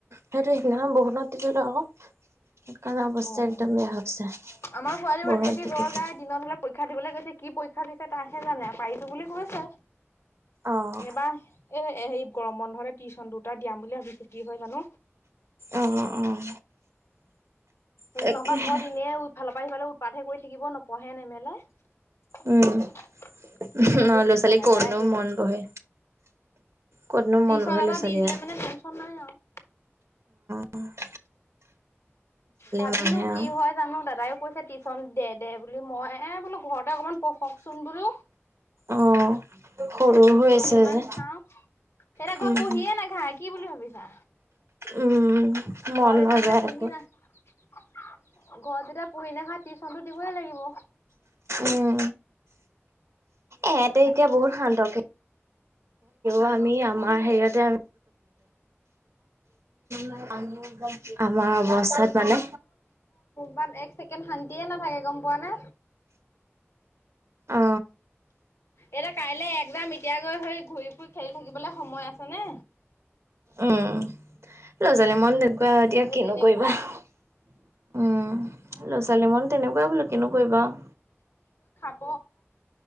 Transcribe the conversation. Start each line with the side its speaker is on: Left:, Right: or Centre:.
Right: সেইটো সিদিনাখন বৰষুণত তিতিলে আকৌ। সেইকাৰণে
Left: অ'
Right: অৱস্থা
Left: অ'
Right: একদম বেয়া হৈছে বৰষুণত
Left: আমাৰ ছোৱালীও ৰাতি ৰাতি
Right: তিতি
Left: জ্বৰ
Right: তিতি।
Left: গাই দিনত হ'লে পৰীক্ষা দিবলৈ কৈছে কি পৰীক্ষা দিছে তাহে জানে পাৰিছো বুলি কৈছে।
Right: অ',
Left: এইবাৰ এই হেৰি গৰম বন্ধতে। টিউচন দুটা দিয়াম বুলি ভাবিছো কি হয় জানো।
Right: অ', অ', তাকেহে
Left: নহবা ঘৰত এনেহে ইফালৰ পৰা। <unintelligible> উৎপাতহে কৰি থাকিব নপঢ়ে নেমেলে সেইকাৰেণে
Right: উম। অ
Left: বোলো
Right: ল'ৰা
Left: টিউচন
Right: ছোৱালী
Left: এটাই
Right: ক'তনো
Left: দিয়াই
Right: মন
Left: দিওঁ।
Right: বহে ক'তনো মন
Left: টিউচন
Right: বহে
Left: এটা
Right: ল'ৰা ছোৱালী
Left: দি দিলে
Right: আৰু
Left: মানে টেনচন নাই আৰু।
Right: উম।
Left: ভাবিছো,
Right: মনহে আৰু
Left: কি হয় জানো। দাদাইও কৈছে টিউচন দে দে বুলি, মই এ বোলো ঘৰতে অকমান পঢ়কচোন বোলো।
Right: অ সৰু হৈ
Left: দুদিনমান
Right: আছে যে
Left: চাও, <unintelligible>
Right: উম
Left: কি বুলি ভাবিছা।
Right: উম মন
Left: ঘৰত এতিয়া
Right: নাযায়
Left: যেতিয়া পুহি
Right: আকৌ
Left: না ঘৰত যেতিয়া পঢ়ি নাহা টিউচনটো দিবই লাগিব।
Right: উম এহেতে
Left: তাকে
Right: এতিয়া
Left: ভাবি
Right: বহুত শান্তক। <unintelligible> অ' আমি আমাৰ হেৰিয়াত <unintelligible> <unintelligible> আমাৰ অৱস্থাত মানে
Left: মান এক ছেকেণ্ড শান্তিয়ে নাথাকে। গম পোৱা নে?
Right: অ
Left: এতিয়া কাইলে একজাম এতিয়া গৈ হেৰি ঘূৰি ফুৰি খেলি থাকিবলে সময় আছে নে?
Right: উম, লৰা-ছোৱালীয়ে মন দে কুৱা এতিয়া
Left: এই
Right: কিনো
Left: তেনেকুৱা
Right: কৰিবা। উম ল'ৰা-ছোৱালী মন তেনেকুৱাই বোলো, কিনো কৰিবা আও।
Left: ক।